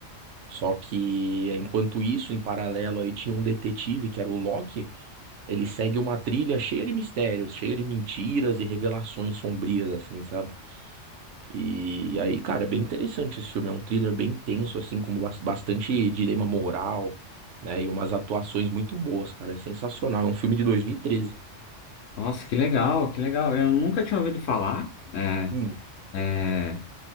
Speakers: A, on the right; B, on the left.
A: Só que, enquanto isso, em paralelo aí tinha um detetive, que era o Locke, ele segue uma trilha cheia de mistérios, cheia de mentiras e revelações sombrias, assim, sabe? E aí, cara, é bem interessante esse filme. É um thriller bem tenso, assim, com bas- bastante dilema moral, né? E umas atuações muito boas, cara. É sensacional. É um filme de 2013.
B: Nossa, que legal, que legal. Eu nunca tinha ouvido falar. É,
A: Hum,
B: é,